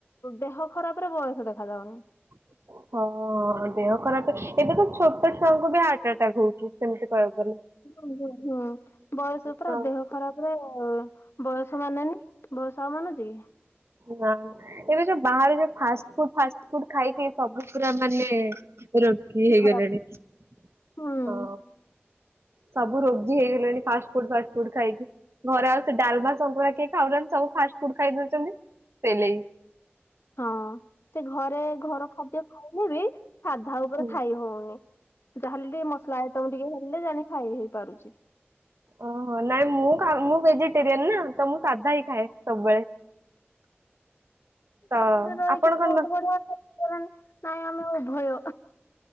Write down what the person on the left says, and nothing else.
ଦେହ ଖରାପରେ ବୟସ ଦେଖାଯାଉନି।
ହଁ ହୁଁ ହୁଁ ବୟସ ପୁରା
ଦେହ ଖରାପ ରେ ବୟସ ମାନେନି। ବୟସ ଆଉ ମାନୁଚି କି?
ଖରାପ
ହୁଁ।
ହଁ ସେ ଘରେ ଘର ଖାଦ୍ୟ ଖାଇଲେ ବି ସାଧା ଉପରେ
ଖାଇ ହଉନି। ଯାହେଲେ ଟ ମସଲା ଆଇଟମ ଟିକେ ହେଲେ ଜାଣି ଖାଇ ହେଇ ପାରୁଚି।
ବାହାରେ ରହିକି
ବହୁତ
ବଢିଆ <unintelligible> ନାଇଁ ଆମେ ଉଭୟ।